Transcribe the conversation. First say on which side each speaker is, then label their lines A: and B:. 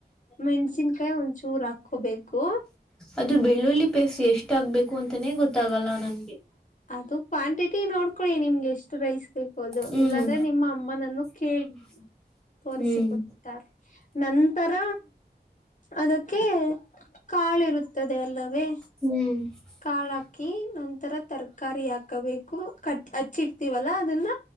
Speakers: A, on the left (about 45°); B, in the centre.
A: ಮೆಣಸಿನ್ಕಾಯಿ ಒಂಚೂರ್ ಹಾಕೋಬೇಕು.
B: ಅದು ಬೆಳ್ಳುಳ್ಳಿ ಪೇಸ್ಟ್ ಎಷ್ಟ ಆಗ್ಬೇಕು ಅಂತಾನೇ ಗೊತ್ತಾಗಲ್ಲ ನಂಗೆ
A: ಅದು ಕ್ವಾಂಟಿಟಿ ನೋಡ್ಕೊಳ್ಳಿ ನಿಮ್ಗೆ ಎಷ್ಟು ರೈಸ್ ಬೇಕು ಅದು
B: ಹ್ಮ್
A: ಇಲ್ಲಾಂದ್ರೆ ನಿಮ್ಮ ಅಮ್ಮನನ್ನು ಕೇಳಿ
B: ಹ್ಮ್
A: ತೋರಿಸಿಕೊಡ್ತಾರೆ ನಂತರ ಅದಕ್ಕೆ ಕಾಳಿರುತ್ತದೆ ಅಲ್ಲವೇ
B: ಹ್ಮ್
A: ಕಾಳ ಹಾಕಿ ನಂತರ ತರಕಾರಿ ಹಾಕಬೇಕು ಕ ಹಚ್ಚಿಡ್ತೀವಲ್ಲ ಅದನ್ನ